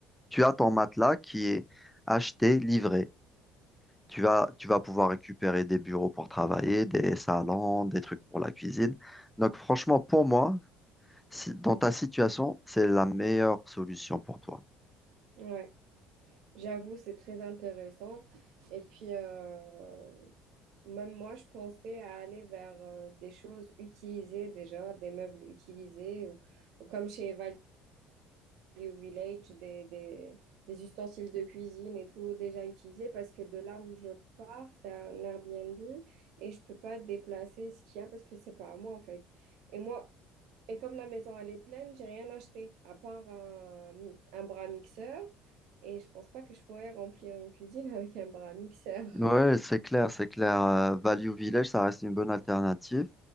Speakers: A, in the centre; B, on the right.
A: tu as ton matelas qui est acheté, livré. Tu vas, tu vas pouvoir récupérer des bureaux pour travailler, des salons, des trucs pour la cuisine. Donc franchement, pour moi, si- dans ta situation, c'est la meilleure solution pour toi.
B: Ouais. J'avoue, c'est très intéressant. Et puis, euh, même moi, je pensais à aller vers euh, des choses utilisées déjà, des meubles utilisés, ou, ou comme chez Value Village, des, des, des ustensiles de cuisine et tout déjà utilisés, parce que de là où je pars, c'est un Airbnb et je peux pas déplacer ce qu'il y a parce que c'est pas à moi en fait. Et moi, Et comme la maison, elle est pleine, j'ai rien acheté, à part un, mi- un bras mixeur. Et je pense pas que je pourrais remplir une cuisine avec un bras mixeur.
A: Ouais, c'est clair, c'est clair. Euh, Value Village, ça reste une bonne alternative.